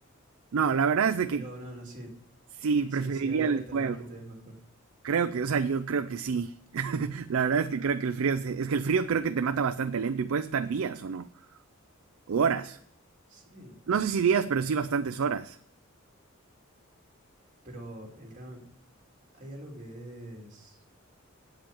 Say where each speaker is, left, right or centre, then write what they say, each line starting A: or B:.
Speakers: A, on the right; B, on the right.
A: No, la verdad es de
B: Pero
A: que
B: no, no, sí.
A: sí,
B: Sí,
A: preferiría
B: sí, arder
A: el
B: hasta
A: fuego.
B: la muerte es mejor.
A: Creo que, o sea, yo creo que sí. <laughs> La verdad es que creo que el frío se- es que el frío creo que te mata bastante lento y puedes estar días o no, o horas.
B: Sí.
A: No sé si días, pero sí bastantes horas.
B: Pero el cam- hay algo que es,